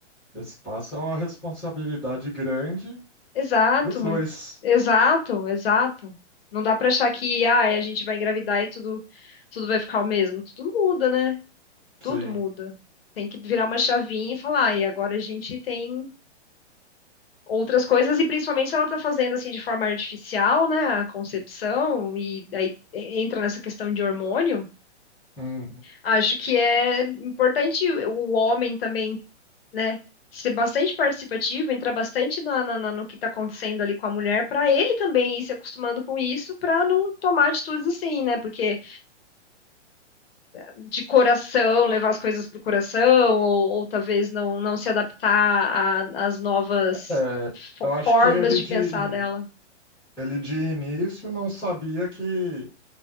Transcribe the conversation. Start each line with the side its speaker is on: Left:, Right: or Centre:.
Centre: esse passo é uma responsabilidade grande
Left: Exato,
Centre: dos dois.
Left: muito, exato, exato. Não dá pra achar que, ah, é, a gente vai engravidar e tudo, tudo vai ficar o mesmo. Tudo muda, né? Tudo
Centre: Sim.
Left: muda. Tem que virar uma chavinha e falar, e agora a gente tem outras coisas, e principalmente se ela está fazendo assim de forma artificial, né, a concepção, e aí entra nessa questão de hormônio,
Centre: Uhum.
Left: acho que é importante o homem também, né, ser bastante participativo, entrar bastante na, na- na- no que está acontecendo ali com a mulher, para ele também ir se acostumando com isso, para não tomar atitudes assim, né, porque de coração, levar as coisas para o coração, ou, ou talvez não, não se adaptar a- às novas
Centre: É,
Left: fo-
Centre: eu acho
Left: formas
Centre: que ele
Left: de
Centre: de,
Left: pensar dela.
Centre: ele de início não sabia que,